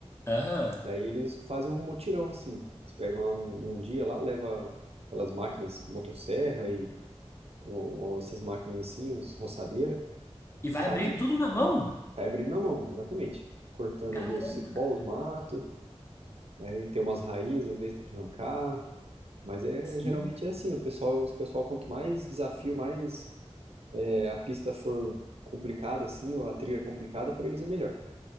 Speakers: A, on the left; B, on the right.
A: Aham.
B: Daí eles fazem um mutirão assim. Eles pegam lá num, num dia lá, leva aquelas máquinas, motosserra e ou- ou essas máquinas assim, os roçadeira,
A: E vai
B: e saem,
A: abrindo tudo na mão?
B: saem abrindo na mão, exatamente. Cortando
A: Caramba,
B: ali os cipós,
A: cara.
B: os matos, daí tem umas raízes, às vezes tem que arrancar, Mas é
A: Sim,
B: geralmente é assim, o pessoal, o pessoal quanto mais desafio, mais é, a pista for complicada assim, ou a trilha complicada, para eles é melhor.